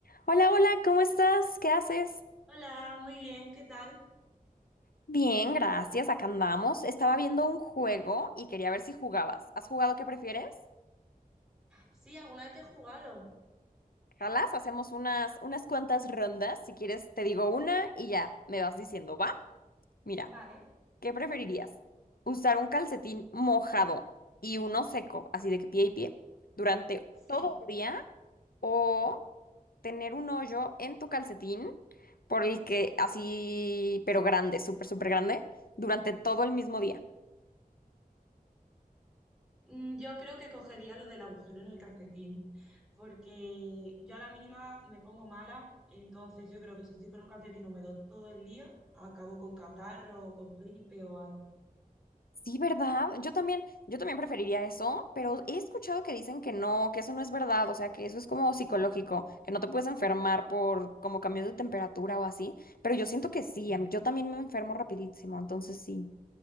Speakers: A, on the left; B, in the centre.
A: Hola, hola, ¿cómo estás? ¿Qué haces?
B: Hola, muy bien, ¿qué tal?
A: Bien, gracias, acá andamos. Estaba viendo un juego y quería ver si jugabas. ¿Has jugado qué prefieres?
B: Sí, alguna vez he jugado.
A: Jalas, hacemos unas, unas cuantas rondas. Si quieres, te digo una y ya me vas diciendo, ¿va? Mira.
B: Vale.
A: ¿Qué preferirías? ¿Usar un calcetín mojado y uno seco, así de que pie y pie, durante
B: Sí,
A: todo un día? ¿O tener un hoyo en tu calcetín por el que así, pero grande, súper, súper grande, durante todo el mismo día?
B: Mm, yo creo que cogería lo del agujero en el calcetín, porque yo a la mínima me pongo mala, entonces yo creo que si estoy con un calcetín húmedo todo el día, acabo con catarro o con gripe o algo.
A: Sí, ¿verdad? Yo también, yo también preferiría eso, pero he escuchado que dicen que no, que eso no es verdad, o sea, que eso es como psicológico, que no te puedes enfermar por como cambios de temperatura o así, pero yo siento que sí, a mí- yo también me enfermo rapidísimo, entonces sí,